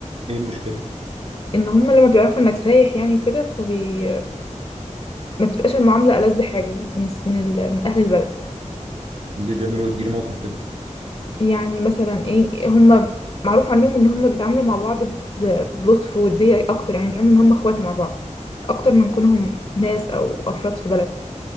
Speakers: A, on the right; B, on the left.
A: ايه المشكله
B: ان هم لما بيعرفوا انك سايح يعني وكده فبي ما بتبقاش المعامله ألذ حاجه من من, ال... من اهل البلد
A: اللي بيعملوا يديني موقف كده
B: يعني مثلا ايه هم معروف عنهم ان هم بيتعاملوا مع بعض ب- بلطف ووديه اكتر يعني بيتعاملوا ان هم اخوات مع بعض اكتر من كونهم ناس او افراد في بلد